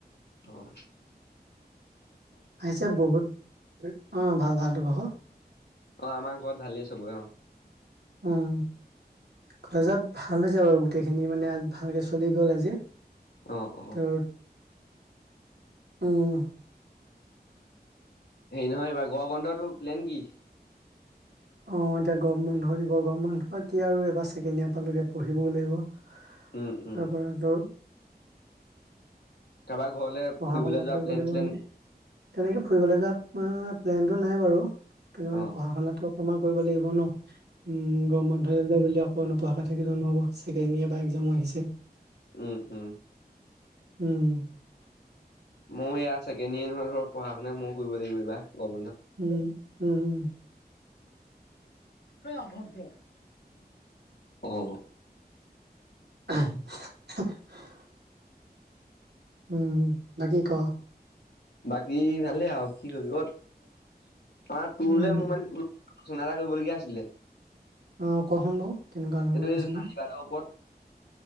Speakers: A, on the left; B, on the right.
A: অহ।
B: আহিছে বহুত। অ ভাল ভাল তো ভাগ?
A: অ আমাৰ ঘৰত ভালেই চবই অ।
B: উম। কলেজত ভাল হৈছে বাৰু গোট গোটেইখিনি মানে ভালকে চলি গ'ল আজি।
A: অ অ।
B: তোৰ উম।
A: সেই নহয়, এইবাৰ গোৱা বন্ধটো প্লেন কি?
B: অ এতিয়া গৰম বন্ধ দিব গৰম বন্ধ কি আৰু এইবাৰ ছেকেণ্ড ইয়েৰ পালোগে পঢ়িব লাগিব। তাৰ
A: উম, উম,
B: পৰা ত।
A: কাৰোবাৰ ঘৰলে
B: পঢ়া
A: ফুৰিবলৈ
B: শুনা
A: যোৱা
B: কৰিব
A: প্লেন
B: লাগিব
A: চ্লেন
B: নেকি। তেনেকে ফুৰিবলৈ যোৱা তোমাৰ প্লেনটো নাই বাৰু। কেলে কৈ
A: অ',
B: পঢ়া শুনাটো। অকমান কৰিব লাগিব ন। উম গম বন্ধ একবাৰ বুলি অক। ৱ নপঢ়াকে থাকিলেও নহ'ব। ছেকেণ্ড ইয়েৰ বা এক্সামো আহিছে।
A: উম উম।
B: উম।
A: মও এইয়া ছেকেণ্ড ইয়েৰ ধৰিধৰ পঢ়া শুনে ময়ো কৰিব লাগিব এইবাৰ। গৰম
B: উম উম উম।
A: অই অভদ্ৰ, অ।
B: <unintelligible> উম বাকি ক।
A: বাকী ভালে আৰু কি কৰিবি, অ অ তোৰলে
B: উম
A: মোৰ মানে। ফোন এটা কৰিবলগীয়া আছিলে।
B: অহ কহ বাওঁ, কেনেকুৱা ধৰণৰ
A: এইটো
B: নিচিনা?
A: নাৰী বাদৰ ওপৰত